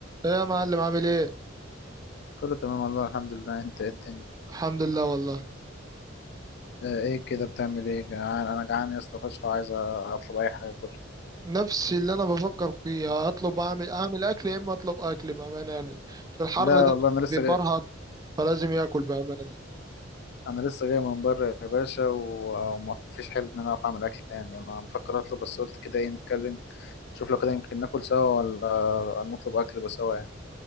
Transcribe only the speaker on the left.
كله تمام والله الحمد لله انت ايه الدنيا
اه ايه كده بتعمل ايه جعان انا جعان يا اسطى فشخ وعايز اطلب اي حاجه كله
لا
والله انا لسه
جاي
انا لسه جاي من بره يا باشا و- وما فيش حل ان انا اقف اعمل اكل تاني انا بفكر اطلب بس قلت كده ايه نتكلم شوف لو كده يمكن ناكل سوا ولا نطلب اكل بس سوا يعني